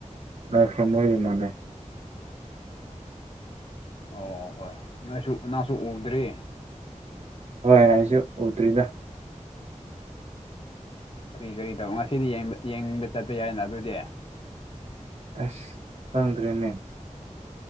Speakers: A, on the right; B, on the left.
A: ꯍꯣꯏ ꯍꯣꯏ ꯂꯥꯏꯝ ꯃꯅꯦ
B: ꯑꯣ ꯍꯣꯏ ꯅꯣꯏꯁꯨ ꯅꯪꯁꯨ ꯎꯗ꯭ꯔꯤ
A: ꯍꯣꯏ ꯑꯩꯁꯨ ꯎꯗ꯭ꯔꯤꯗ
B: ꯀꯔꯤ ꯀꯔꯤ ꯇꯧ ꯉꯁꯤꯗꯤ ꯌꯦꯡꯅꯤꯡꯕ ꯆꯠꯄ ꯌꯥꯏꯗꯅ ꯑꯗꯨꯗꯤ
A: ꯑꯁ ꯈꯪꯗ꯭ꯔꯦꯅꯦ